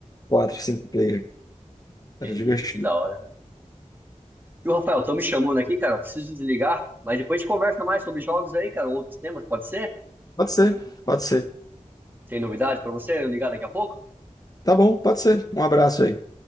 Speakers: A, on the left; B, on the right.
A: Quatro, cinco player.
B: Entendi,
A: Era divertido.
B: que da hora. E o Rafael, estão me chamando aqui, cara. Preciso desligar, mas depois a gente conversa mais sobre jogos aí, cara, outros temas, pode ser?
A: Pode ser, pode ser.
B: Tem novidade pra você Eu ligar daqui a pouco?
A: Tá bom, pode ser. Um abraço aí.